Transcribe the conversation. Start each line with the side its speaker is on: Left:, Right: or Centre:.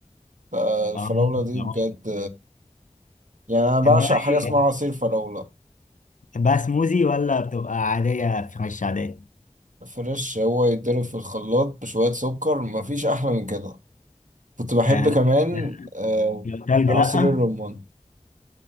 Right: آه، الفراولة
Left: اه
Right: دي بجد يعني انا بعشق
Left: تحبها
Right: حاجة
Left: ايه؟
Right: اسمها عصير فراولة
Left: تحبها سموزي ولا بتبقى عادية فريش عادية؟
Right: فريش هو يتضرب في الخلاط بشوية سكر مفيش احلى من كده كنت بحب
Left: آه لا
Right: كمان
Left: لا
Right: آه،
Left: لو تلج
Right: عصير
Left: لا
Right: الرمان